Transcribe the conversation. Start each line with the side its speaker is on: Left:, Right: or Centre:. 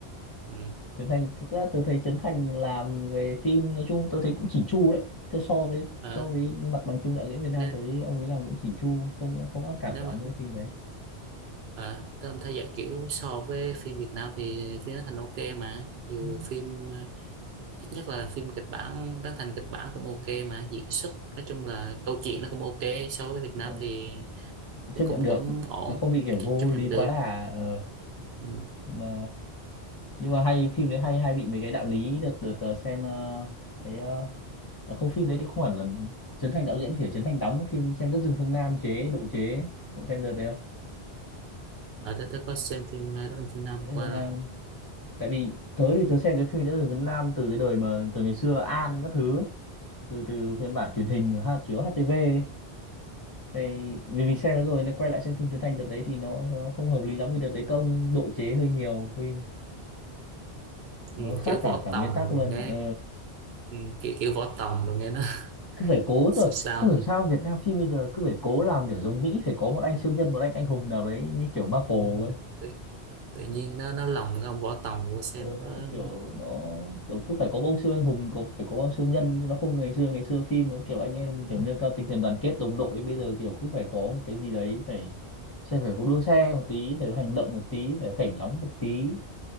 Right: ừ.
Left: Trấn Thành thực ra tôi thấy Trấn Thành làm về phim nói chung tôi thấy cũng chỉn chu đấy Thế so với
Right: Ờ,
Left: so với mặt bằng chung đạo diễn Việt Nam
Right: nếu
Left: tôi thấy ông ấy làm cũng chỉn chu không không ác cảm
Right: nếu
Left: lắm
Right: mà
Left: với phim đấy
Right: à, tôi thấy vậy kiểu so với phim Việt Nam thì phim nó thành ok mà dù
Left: Ừ.
Right: phim ờ, ít nhất là phim kịch bản Trấn Thành kịch bản cũng ok mà diễn xuất nói chung là câu chuyện nó cũng ok so với Việt Nam
Left: ờ,
Right: thì
Left: chấp
Right: cũng
Left: nhận
Right: cũng,
Left: được
Right: cũng ổn
Left: nó không bị kiểu vô
Right: ch- chấp
Left: lý
Right: nhận được
Left: quá đà ờ,
Right: ừ.
Left: mà nhưng mà hay phim đấy hay hay bị mấy cái đạo lý đợt đợt ờ, xem ờ, cái ờ, à, không phim đấy thì không hẳn là Trấn Thành đạo diễn chỉ là Trấn Thành đóng phim xem Đất rừng phương Nam chế độ chế cậu xem đợt đấy không
Right: ở đó tôi có xem phim ờ, Đất rừng phương Nam
Left: Đất
Right: qua
Left: rừng phương
Right: rồi
Left: Nam tại vì tớ thì tớ xem cái phim nữ Tử Việt Nam từ cái đời mà từ ngày xưa An các thứ ấy. từ từ phiên bản truyền hình ha chiếu HTV ấy. thì vì mình xem nó rồi nên quay lại xem phim Trấn Thành đợt đấy thì nó nó không hợp lý lắm vì đợt đấy công độ chế hơi nhiều phim nó
Right: ừ.
Left: khác
Right: kiểu võ
Left: cả cả
Right: tòng
Left: nguyên tắc
Right: rồi
Left: luôn
Right: nghe
Left: ờ,
Right: ừ. kiểu kiểu võ tòng rồi nghe nó
Left: cứ phải cố
Right: <laughs> sao
Left: thôi
Right: sao
Left: không hiểu
Right: vậy
Left: sao Việt Nam phim bây giờ cứ phải cố làm kiểu giống Mỹ phải có một anh siêu nhân một anh anh hùng nào đấy như kiểu Marvel
Right: ừ.
Left: ấy
Right: tự, tự nhiên nó nó lòng cái ông võ tòng vô xem
Left: Ờ,
Right: nó
Left: kiểu nó kiểu cứ phải có ông siêu anh hùng có phải có ông siêu nhân nhưng nó không ngày xưa ngày xưa phim nó kiểu anh em
Right: ừ.
Left: kiểu nêu cao tinh thần đoàn kết đồng đội bây giờ kiểu cứ phải có một cái gì đấy phải sẽ phải có đua xe một tí phải có hành động một tí phải có cảnh nóng một tí